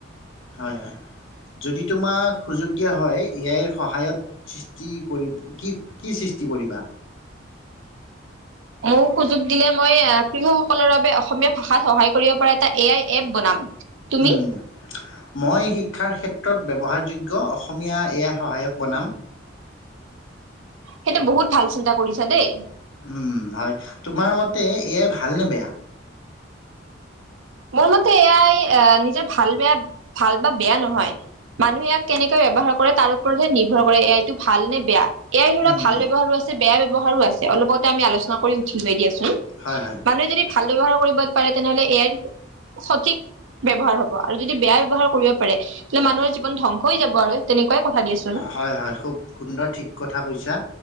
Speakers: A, on the left; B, on the right.
A: হয় হয় যদি তোমাক সুযোগ দিয়া হয় এআইৰ সহায়ত সৃষ্টি কৰি কি কি সৃষ্টি কৰিবা
B: মোক সুযোগ দিলে মই কৃষকসকলৰ বাবে অসমীয়া ভাষাত সহায় কৰিব পৰা এটা এ আই এপ বনাম। তুমি
A: উম মই শিক্ষাৰ ক্ষেত্ৰত ক্ৰত ব্যৱহাৰযোগ্য অসমীয়া এ আই সহায়ক বনাম
B: সেইটো বহুত ভাল চিন্তা কৰিছ দেই
A: উম হয়, তোমাৰ মতে এয়া ভাল নে বেয়া?
B: মোৰ মতে এয়াই আহ নিজে ভাল বেয়া ভাল বা বেয়া নহয়, মানুহে ইয়াক কেনেকে ব্যৱহাৰ কৰে তাৰ ওপৰতহে নিৰ্ভৰ কৰে, ‌ এই এইটো ভাল নে বেয়া। এয়াই ধৰা
A: উম,
B: ভাল ব্যহাৰো আছে বেয়ায়ে ব্যৱহাৰো আছে, অলপতে আমি আলোচনা কৰি উঠি উঠি উলিয়াই দি আছোঁ।
A: হয়, হয়।
B: মানুহে যদি ভাল ব্যৱহাৰ কৰিব পাৰে তেনেহলে এয়াই সঠিক ব্যৱহাৰ হ'ব। আৰু যদি বেয়া ব্যৱহাৰ কৰিব পাৰে, তেন্তে মানুহৰ জীৱন ধ্বংস হৈ যাব আৰু তেনেকুৱাই। কথা দিয়াচোন।
A: হয়, হয়, খুব সুন্দৰ, ঠিক কথা কৈছা।